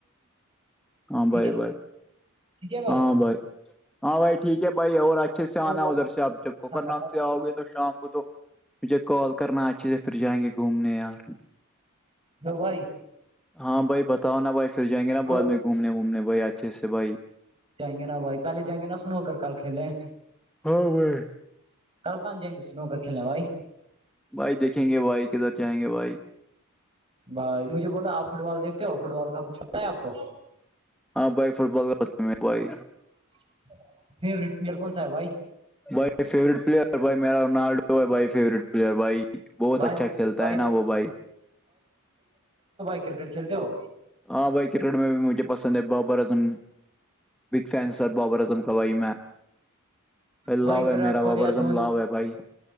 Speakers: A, in the centre; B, on the right.
A: ہاں
B: ٹھیک
A: بائے
B: ہے
A: بائے
B: ٹھیک ہے
A: ہاں بھائی ہاں بھائی ٹھیک ہے بھائی اور اچھے سے آنا
B: تو اچھا
A: ادھر سے آپ جب کوکر
B: تھا
A: ناگ
B: بھائی
A: سے آؤ گے تو تو شام کو تو مجھے کال کرنا اچھے سے پھر جائیں گے گھومنے یار
B: ہبھائی
A: ہاں بھائی بتاؤ نا بھائی پھر جائیں گے نا
B: وہ
A: بعد میں گھومنے وومنے بھائی اچھے سے بھائی
B: جائیں گے نا بھائی پہل جائیں گے نا سنو ہو کر کل کھیلیں
A: ہاں وہئے
B: کل آن جائیں گے سنو کر کھیلنے بھائی
A: بھائی دیکھیں گے بھائی کدھر جائیں گے بھائی
B: بھائی مجھے بولا آپ فٹ بال دیکھتے ہو فٹ بال کا کچھ ہوتا ہے آپ کو
A: ہاں بھائی فٹ بال کاتے بھائی
B: جچ فیورٹ پلیئر کون ہے بھائی
A: بھائی فورٹ پلیئر بھائی میرا روونالڈو بائی فوریٹ پلیئر بھائی بہت
B: بھائی
A: اچھا کھیلتا ہے نا وہ بھائی
B: ککٹ کلتے ہو
A: ہاں بھائی کرکٹ میں بھی مجھے پسند ہے Babar Azam big fan sir Babar Azam کبائی میں
B: بھائی
A: لو
B: وراٹ
A: ہے میرا
B: کوہلی
A: بابر
B: یا دھونی
A: دم لو ہے بھائی